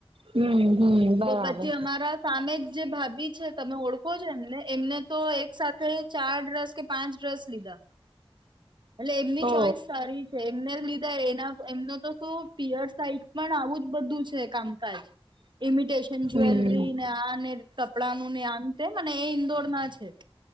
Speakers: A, on the right; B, on the right.
A: હમ હમ બરાબર
B: પછી અમારા સામે જ જે ભાભી છે તમે ઓળખો છો એમને એમને તો એક સાથે ચાર ડેર્સ કે પાંચ સ લીધા. એટલે એમની
A: ઓ
B: ચોઈસ સારી છે એમને લીધા એના એમનો તો તો પીયર સાહિત પણ આવું જ બધું છે કામકાજ એમીત ટેશન
A: હમ
B: જ્વેલરી ને આ ને કપ કપડાનું ને આમ તેમ ને એ ઇન્દોર ના છે.